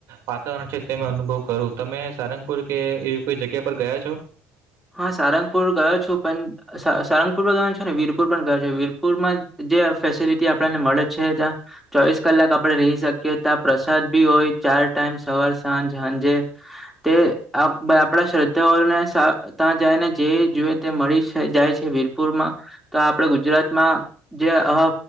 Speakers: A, on the right (about 70°); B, in the centre.
A: વાતાવરણ છે તે મે અનુભવ કરું તમે સારંગપુર કે એવી કોઈ જગ્યા પર ગયા છો?
B: હા સારંગપુર ગયો છું પણ સારંગપુર પણ ગયો છે ને વીરપુર પણ ગયો છે વીરપુરમાં જે ફેસિલિટી આપણને મળે છે ત્યાં ચોવીસ કલાક આપણે રહી શકીએ ત્યા પ્રસાદ ભી હોય ચાર ટાઈમ સવાર સાંજ સાંજે તે આપણા શ્રદ્ધાઓને સા ત્યાં જાય ને જે જોએ તે મળી જાય છે વીરપુરમાં તો આપડે ગુજરાતમાં જે હવા